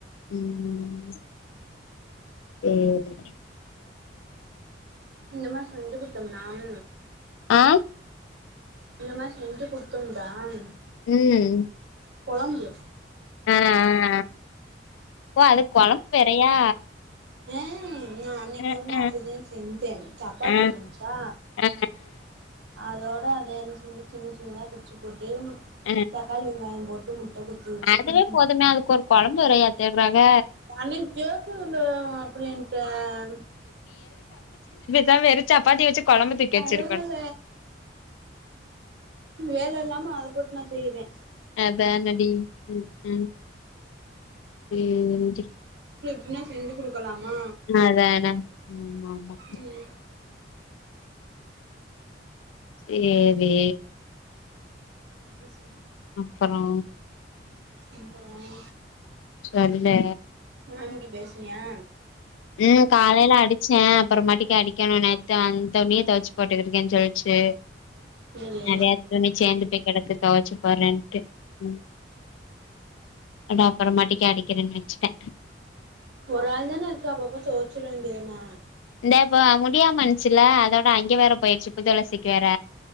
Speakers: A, on the left; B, on the right.
A: ம் சேரி
B: இந்த மார் செஞ்சு குட்த்தம்னாம்
A: ஆ
B: இந்த மார் செஞ்சு குட்த்தோம் தான்
A: ம்
B: கொழம்பு
A: ஆ ஆ ஓ அதுக் கொழம்பு வேறையா
B: ஏ ம் நா அன்னைக்கு
A: அ
B: ஒன்னு
A: அ
B: அப்டிதா செஞ்சே சப்பாத்தி
A: அ
B: இருந்ச்சா
A: அ
B: அதோட அத என்ன செஞ்சே சின்ன சின்னதா பிச்சு போட்டு
A: அ
B: தக்காளி வெங்காய போட்டு முட் ட கொத்தி ஊத்தி
A: அதுவே
B: கிண்டுன
A: போதுமே அதுக்கு ஒரு கொழம்பு வேறையா தேட்றாங்க
B: அன்னைக்கே ஸ்கூலு அப்டின்ட்டான்
A: தா வெறு சாப்பாட்டி வச்சு கொழம்பு தூக்கி வச்சிருக்கணு
B: அதனால வேல இல்லாம அத போட்டு நா செய்றே
A: அதா ஹாண்ட்ரைடிங் <unintelligible> ம் ம் ம்
B: இன்னு செஞ்சு குடுக்கலாமா
A: அதான ஆமா ஆமா
B: ம்
A: சேரி
B: அது செரி
A: இப்பதா
B: இப்பதா
A: அதுல
B: மாமிக்கி பேசினியா
A: ம் காலைல அடிச்சே அப்றோமாட்டிக்க அடிக்கணு நேத்து அந்த துணிய துவச்சு போட்டுட்டு இருக்கேனு சொல்ச்சு து
B: சேரி
A: நெறைய துணி சேந்து போய் கிடக்கு துவச்சு போறேன்ட்டு ம் அட அப்பறமாட்டிக்க அடிக்கிறே வச்சுட்டே
B: ஒரு ஆள் தானே இருக்கு அப்பப்ப தோச்சுட வேண்டியதனே
A: இந்த இப்ப முடியாம இருச்சுல அதோட அங்க வேற போய்டுச்சு புதுஅளசிக்கி வேற